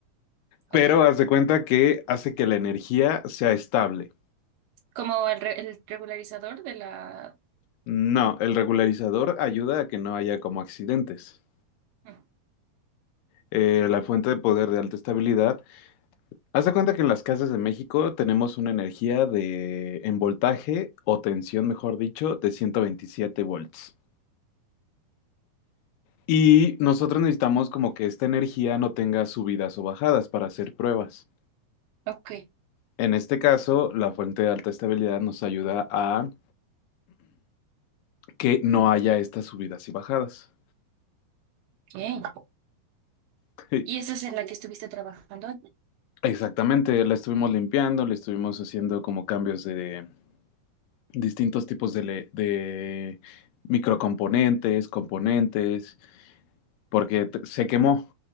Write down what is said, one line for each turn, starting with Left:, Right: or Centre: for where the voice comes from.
Left: pero
Right: Ok,
Left: haz de cuenta que hace que la energía sea estable.
Right: como el, re- el regularizador de la...
Left: No, el regularizador ayuda a que no haya como accidentes.
Right: Mm,
Left: Eh, la fuente de poder de alta estabilidad. Haz de cuenta que en las casas de México tenemos una energía de en voltaje o tensión, mejor dicho, de 127 volts. Y nosotros necesitamos como que esta energía no tenga subidas o bajadas para hacer pruebas.
Right: Ok,
Left: En este caso, la fuente de alta estabilidad nos ayuda a que no haya estas subidas y bajadas.
Right: bien.
Left: <laughs>
Right: ¿Y esa es en la que estuviste trabajando?
Left: Exactamente, la estuvimos limpiando, le estuvimos haciendo como cambios de, distintos tipos de, le- de microcomponentes, componentes, porque t- se quemó.